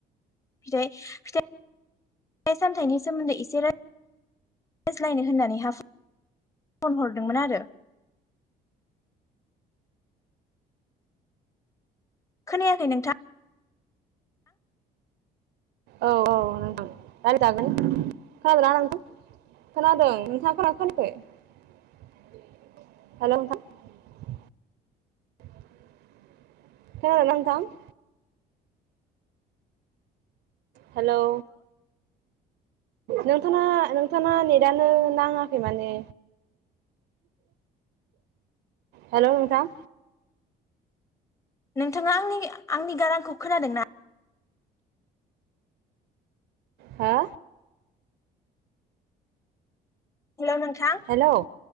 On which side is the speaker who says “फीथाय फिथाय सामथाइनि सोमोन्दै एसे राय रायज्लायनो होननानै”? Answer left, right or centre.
Left